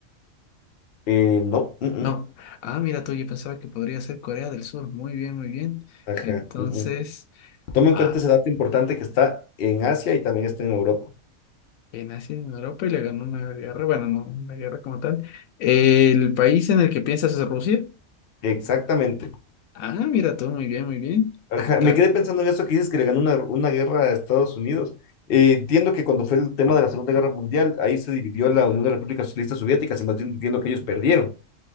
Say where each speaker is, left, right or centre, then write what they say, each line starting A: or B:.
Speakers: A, on the left; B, on the left.
A: Eh, no, mm, mm,
B: No. Ah, mira tú, yo pensaba que podría ser Corea del Sur. Muy bien, muy bien.
A: ajá,
B: Entonces,
A: mm, mm. Toma en
B: ah,
A: cuenta ese dato importante que está en Asia y también está en Europa.
B: eh, nací en Europa y le ganó una guerra. Bueno, no una guerra como tal. ¿El país en el que piensas es Rusia?
A: Exactamente.
B: Ah, mira tú, muy bien, muy bien.
A: Ajá,
B: Claro.
A: me quedé pensando en eso que dices que le ganó una, una guerra a Estados Unidos. Eh, entiendo que cuando fue el tema de la Segunda Guerra Mundial, ahí se dividió la Unión de Repúblicas Socialistas Soviéticas y más bien entiendo que ellos perdieron.